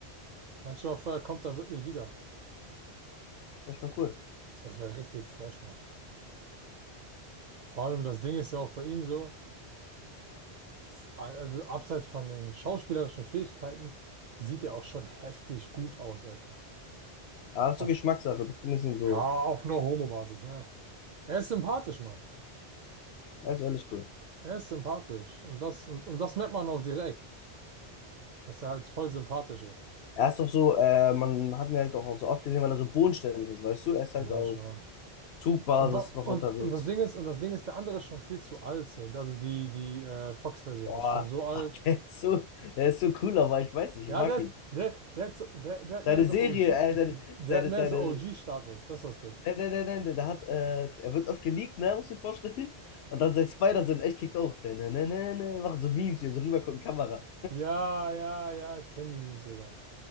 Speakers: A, on the right; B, on the left.
A: Mein Chauffeur kommt da wirklich wieder.
B: Das ist ja schon cool.
A: Das wäre richtig fresh, Mann. Vor allem das Ding ist ja auch bei ihm so, f- also abseits von den schauspielerischen Fähigkeiten, sieht er auch schon heftig gut aus, Alter.
B: Aber das
A: Auf,
B: ist so Geschmackssache. Du findest ihn so.
A: ja, auf einer Homo-Basis, ne? Er ist sympathisch, Mann.
B: Er ist ehrlich cool.
A: Er ist sympathisch. Und das, und, und das merkt man auch direkt, dass er halt voll sympathisch ist.
B: Er ist doch so, äh, man hat ihn halt auch so oft gesehen, weil er so bodenständig ist, weißt du? Er ist
A: Ja,
B: halt auf
A: schon.
B: Zugbasis
A: Und, ba-
B: noch
A: und,
B: unterwegs.
A: und das Ding ist, und das Ding ist, der andere ist schon viel zu alt. So. Also die, die äh, Fox-Version
B: Boah,
A: ist schon so alt.
B: aber <laughs> der ist so, der ist so cool, aber ich weiß nicht,
A: Ja,
B: ich mag
A: der, ist-
B: ihn.
A: der, der, hat so, der, der hat
B: Seine
A: mehr so
B: Serie,
A: OG,
B: äh,
A: die,
B: seine,
A: der
B: seine,
A: hat mehr
B: seine,
A: so OG-Status. Das ist das Ding.
B: nein, nein, nein, nein, der hat, äh, er wird oft geleakt, ne, musst du dir vorstellen. Und dann sein Spider-Sinn echt kickt auch. Ne, ne, ne, ne, machen so Memes, hier so rübergucken, Kamera.
A: Ja, ja, ja, ich kenne die Memes sogar.